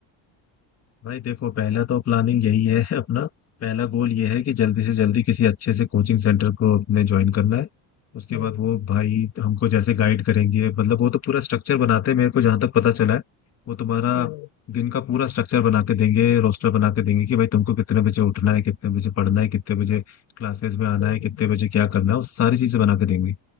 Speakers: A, on the left (about 35°); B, on the left (about 85°).
A: भाई देखो पहला तो प्लानिंग यही है <laughs> अपना पहला गोल ये है कि जल्दी से जल्दी किसी अच्छे से कोचिंग सेंटर को अपने ज्वाइन करना है
B: <laughs>
A: उसके
B: हम्म,
A: बाद वो भाई हमको जैसे गाइड करेंगे मतलब वो तो पूरा स्ट्रक्चर बनाते हैं मेरे को जहाँ तक पता चला है वो तुम्हारा
B: हम्म,
A: दिन का पूरा स्ट्रक्चर बना के देंगे रोस्टर बना के देंगे कि भाई तुमको कितने बजे उठना है कितने बजे पढ़ना है कितने बजे क्लासेस में आना
B: हम्म,
A: है कितने बजे क्या करना है वो सारी चीजें बना के देंगे